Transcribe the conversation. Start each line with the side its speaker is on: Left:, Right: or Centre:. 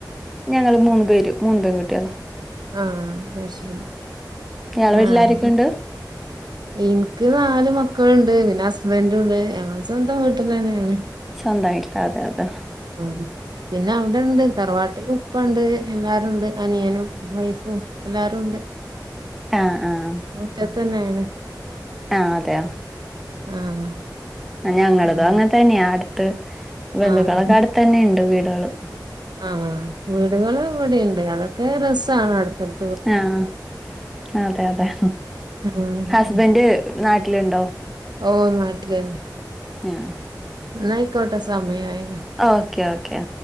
Centre: ഞങ്ങള് മൂന്ന് പേരും മൂന്ന് പെൺ കുട്ടികളാ
Right: അഹ് അയ് ശെരി
Centre: ഇയാളെ
Right: അഹ്
Centre: വീട്ടിലാരൊക്കെയുണ്ട്
Right: ഇന്ക്ക് നാല് മക്കൾണ്ട്. പിന്നസ്ബന്റുണ്ട്. ഞങ്ങള് സ്വന്തം വീട്ട്ലന്നേണ്
Centre: സ്വന്തായിട്ട് അതെ അതെ
Right: ആ പിന്നേ അവിടെണ്ട് തറവാട്ടിൽ ഉപ്പണ്ട് എല്ലാരുണ്ട് അനിയനും വൈഫും എല്ലാരും ഉണ്ട്
Centre: ആഹ് ആഹ്
Right: റ്റത്ത് തന്നേണ്
Centre: ആഹ് അതെയോ
Right: ആഹ്
Centre: ഞങ്ങളതും
Right: പിന്നെ
Centre: അങ്ങനെ തന്നെയാ അടുത്ത് ബന്ധുക്കളൊക്കെ
Right: ആഹ്
Centre: അടുത്ത് തന്നെണ്ട് വീടുകള്
Right: ആഹ് വീടുകള് ഇവിടിണ്ട് അതൊക്കെ രസാണ് അടുത്തടു
Centre: ആഹ് അതെ അതെ.
Right: ഉം
Centre: ഹസ്ബന്റ് നാട്ടിലുണ്ടോ?
Right: ഓ നാട്ടിൽ തന്നെ
Centre: ആഹ്
Right: ന്നായിക്കോട്ടെ സമയായി
Centre: ഓക്കെ ഓക്കെ